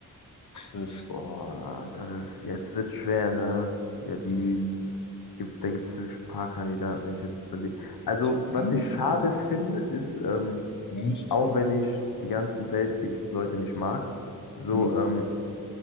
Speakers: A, on the left (about 55°); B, on the left (about 80°).
A: ist das?
B: Boah, das ist, jetzt wird's schwer, ne? Jetzt
A: Hm.
B: gibt, da gibt es wirklich ein paar Kandidaten, wenn ich jetzt überlege. Also
A: Cheatham?
B: was ich schade finde, ist, ähm,
A: Vielleicht?
B: auch wenn ich die ganzen Celtics-Leute nicht mag, so,
A: Hm.
B: ähm,